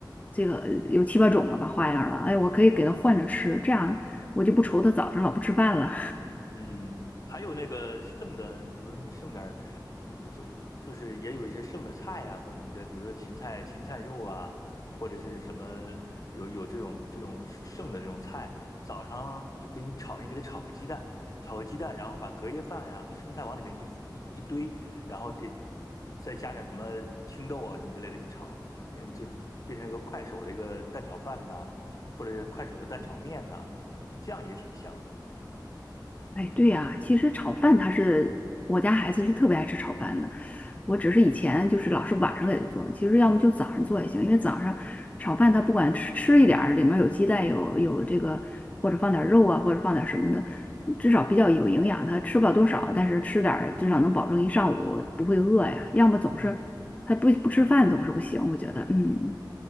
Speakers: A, on the left; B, on the left.
A: 这个有七八种了吧花样儿了，哎，我可以给他换着吃，这样我就不愁他早上老不吃饭了。
B: 嗯，还有那个剩的，比如说你剩点儿，呃就就是也有一些剩的菜啊，或什么之类，比如说芹菜、芹菜肉啊，或者是什么有有这种这种剩的这种菜，早上就给你炒，你给它炒个鸡蛋，炒个鸡蛋，然后把隔夜饭呀、和剩菜往里面一一一堆，然后给再加点什么青豆啊什么之类的，一炒，嗯，就变成一个快手的一个蛋炒饭呐、或者是快手的蛋炒面呐、嗯，这样也挺香的，嗯。
A: 哎，对呀，其实炒饭他是我家孩子是特别爱吃炒饭的，我只是以前就是老是晚上给他做，其实要么就早上做也行，因为早上炒饭他不管吃吃一点儿，里面有鸡蛋有有这个或者放点儿肉啊，或者放点儿什么的，至少比较有营养，他吃不了多少，但是吃点儿至少能保证一上午不会饿呀，要么总是他不不吃饭总是不行，
B: 嗯，
A: 我觉得嗯。